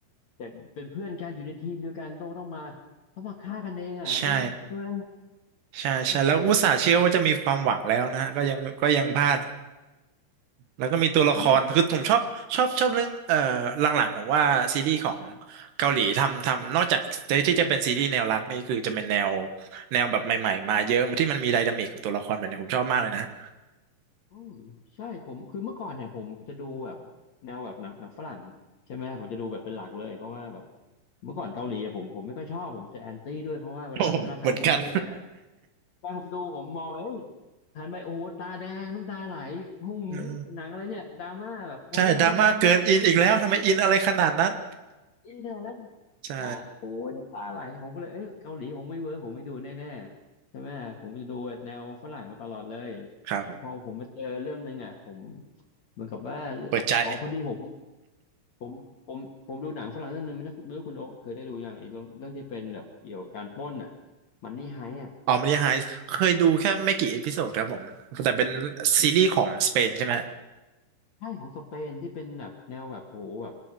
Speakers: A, on the left; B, on the right.
A: จากเป็นเพื่อนกันอยู่ในทีมเดียวกันต้องต้องมาต้องมาฆ่ากันเองอ่ะมันช่วย
B: ใช่ใช่ใช่แล้วอุตส่าห์เชื่อว่าจะมีความหวังแล้วนะฮะก็ยังก็ยังพลาด
A: โอ้โห
B: แล้วก็มีตัวละครคือผมชอบชอบชอบเรื่องเอ่อหลังๆผมว่าซีรีส์ของ
A: ใช่แบบ
B: เกาหลีทำทำนอกจากที่จะเป็นซีรีส์แนวรักนี่คือจะเป็นแนวแนวแบบใหม่ๆมาเยอะที่มันมีไดนามิกกับตัวละครแบบนี้ผมชอบมากเลยนะฮะ
A: อืมใช่ผมคือเมื่อก่อนเนี่ยผมจะดูแบบแนวแบบหนังหนังฝรั่งใช่ไหมผมจะดูแบบเป็นหลักเลยเพราะว่าแบบเมื่อก่อนเกาหลีอะผมผมไม่ค่อยชอบผมจะแอนตี้ด้วยเพราะว่าเวลาเวลาแฟนผมดูเนี่ย
B: โอ้ผมเหมือนกัน
A: ตอนผมดูผมมองเอ้ยหันไปโอ้โหตาแดงน้ำตาไหล
B: <laughs>
A: หุ้ง
B: เออ
A: หนังอะไรเนี่ยดราม่าแบบโอ้โหไม่เอาไม่เอา
B: ใช่ดราม่าเกินอินอีกแล้วทำไมอินอะไรขนาดนั้น
A: อินเทอร์แล้ว
B: ใช่
A: ตาโอ้ยน้ำตาไหลผมก็เลยเอ้ยเกาหลีผมไม่เวิร์กผมไม่ดูแน่ๆใช่ไหมผมจะดูแบบแนวฝรั่งมาตลอดเลย
B: ครับผม
A: แล้วพอผมมาเจอเรื่องนึงอ่ะผมเหมือนกับว่าเรื่องอ๋อพอดีผม
B: เปิดใจ
A: ผมผมผมดูหนังฝรั่งเรื่องนึงไม่รู้ไม่รู้คุณโอ๊คเคยได้ดูยังไอ้เรื่องเรื่องที่เป็นแบบเกี่ยวกับการปล้นอ่ะมันนี่ไฮอ่ะ
B: อ๋อมันยังไฮเคยดูแค่ไม่กี่เอพิโซดครับผมแต่เป็นซีรีส์ของสเปนใช่ไหม
A: ใช่ของสเปนที่เป็นแบบแนวแบบโหแบบ